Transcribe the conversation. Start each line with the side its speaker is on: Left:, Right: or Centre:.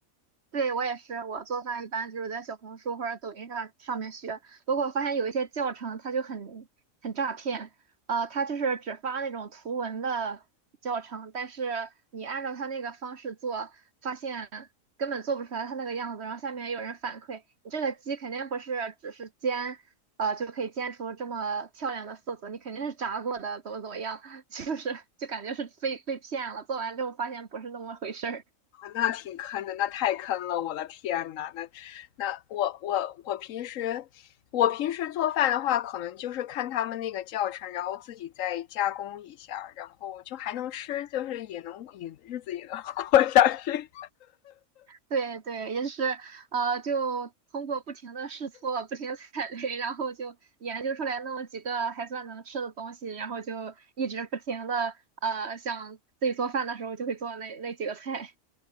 Right: 对，我也是，我做饭一般就是在小红书或者抖音上上面学。不过我发现有一些教程它就很很诈骗，呃，它就是只发那种图文的教程，但是你按照它那个方式做，发现根本做不出来它那个样子。然后下面有人反馈，你这个鸡肯定不是只是煎，呃，就可以煎出这么漂亮的色泽，你肯定是炸过的，怎么怎么样，<laughs> 就是就感觉是被被骗了。做完之后发现不是那么回事儿。
Left: 那挺坑的，那太坑了，我的天呐，那那我我我平时我平时做饭的话，可能就是看他们那个教程，然后自己再加工一下，然后就还能吃，就是也能也日子也能过下去。
Right: 对对，也是呃，就通过不停的试错、不停的踩雷，然后就研究出来那么几个还算能吃的东西，然后就一直不停的呃，想自己做饭的时候就会做那那几个菜。